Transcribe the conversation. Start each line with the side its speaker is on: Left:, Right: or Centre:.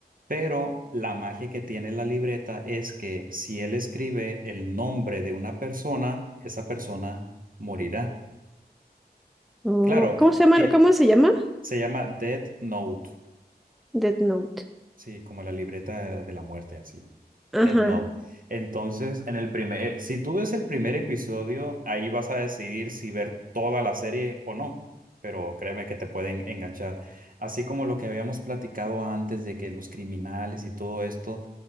Right: pero la magia que tiene la libreta es que si él escribe el nombre de una persona, esa persona morirá.
Centre: No.
Right: Claro,
Centre: ¿Cómo se llama?
Right: ti-
Centre: ¿Cómo se llama?
Right: se llama Death Note,
Centre: Death Note.
Right: sí, como la libreta de la muerte, así.
Centre: Ajá.
Right: Death Note. Entonces, en el primer, eh, si tú ves el primer episodio, ahí vas a decidir si ver toda la serie o no, pero créeme que te pueden enganchar. Así como lo que habíamos platicado antes de que los criminales y todo esto,